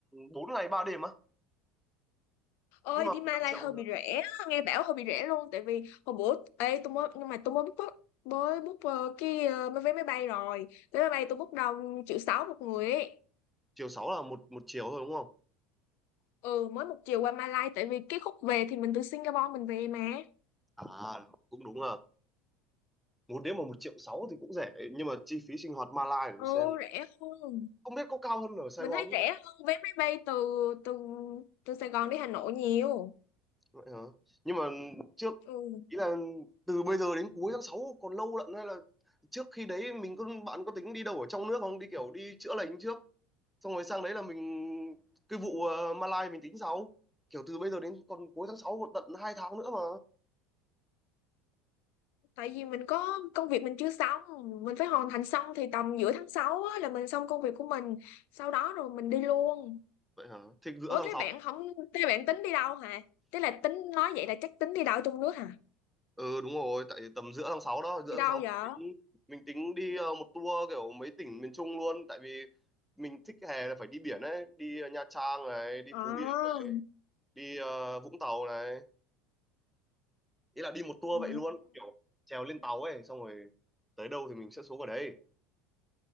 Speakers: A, in the centre; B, on the left.
A: 4 ngày 3 đêm á.
B: ơi
A: Nhưng mà
B: đi Malai
A: 15 triệu
B: hơi bị
A: là
B: rẻ á, nghe bảo hơi bị rẻ luôn tại vì hồi bữa ê tôi mới nhưng mà tôi mới book mới book ờ, cái ờ, vé máy bay rồi vé máy bay tôi book đồng triệu sáu một người ấy
A: chiều sáu là một một chiều thôi đúng không?
B: ừ mới một chiều qua Malai tại vì cái khúc về thì mình từ Singapore mình về mà
A: À cũng đúng à. Một đêm mà một triệu sáu thì cũng rẻ nhưng mà chi phí sinh hoạt Malai để tôi
B: ừ
A: xem
B: rẻ hơn
A: không biết có cao hơn ở Sài
B: mình
A: Gòn
B: thấy rẻ hơn vé máy bay từ từ từ Sài Gòn đi Hà Nội nhiều
A: Vậy hả? Nhưng mà trước
B: ừ
A: ý là từ bây giờ đến cuối tháng 6 còn lâu lận hay là trước khi đấy mình có bạn có tính đi đâu ở trong nước không? Đi kiểu đi chữa lành trước xong rồi sang đấy là mình cái vụ ờ, Malai mình tính sau. Kiểu từ bây giờ đến còn cuối tháng 6 còn tận 2 tháng nữa mà.
B: tại vì mình có công việc mình chưa xong mình phải hoàn thành xong thì tầm giữa tháng 6 á, là mình xong công việc của mình sau đó rồi mình đi luôn
A: Vậy hả? Thì giữa
B: Ủa
A: tháng
B: thế
A: sáu
B: bạn không thế bạn tính đi đâu hả? Thế là tính nói vậy là chắc tính đi đâu ở trong nước hả?
A: Ừ đúng rồi, tại tầm giữa tháng 6 đó, giữa
B: Đi
A: tháng
B: đâu
A: 6
B: vậy?
A: mình tính mình tính đi ờ, một tour kiểu mấy tỉnh miền Trung luôn tại vì mình thích hè là phải đi biển ấy, đi ờ, Nha Trang này, đi
B: Ờ.
A: Phú Yên, đi ờ, Vũng Tàu này ý là đi một tour
B: Ừ.
A: vậy luôn kiểu trèo lên tàu ấy xong rồi tới đâu thì mình sẽ xuống ở đấy